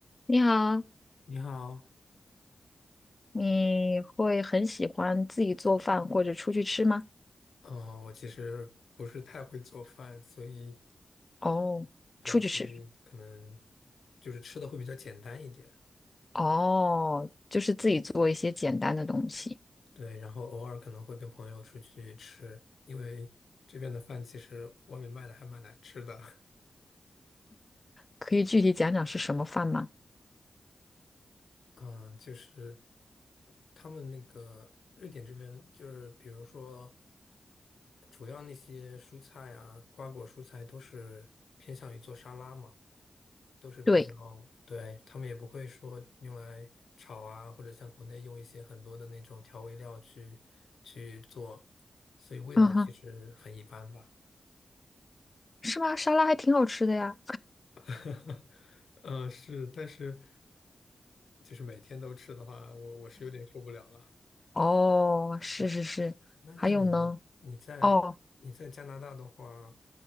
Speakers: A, on the left (about 35°); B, on the left (about 80°).
A: 你好，
B: 你好，
A: 你会很喜欢自己做饭或者出去吃吗？
B: 呃，我其实不是太会做饭，所以
A: 哦，
B: 对，
A: 出去吃，
B: 所以可能就是吃的会比较简单一点，
A: 哦，就是自己做一些简单的东西，
B: 对，然后偶尔可能会跟朋友出去吃，因为这边的饭其实外面卖的还蛮难吃的，
A: 可以具体讲讲是什么饭吗？
B: <laughs> 嗯、就是他们那个瑞典这边就是比如说主要那些蔬菜啊，瓜果蔬菜都是偏向于做沙拉嘛。都是比较，
A: 对，
B: 对，他们也不会说用来炒啊，或者像国内用一些很多的那种调味料去去做，所以味道其实很一般吧。
A: 嗯哼，是吗？沙拉还挺好吃的呀。
B: <laughs> 呃，是，但是就是每天都吃的话，我我是有点受不了了。
A: 哦，是是是，
B: 对那那你呢？
A: 还有呢？
B: 你在你在加拿大的话，
A: 哦，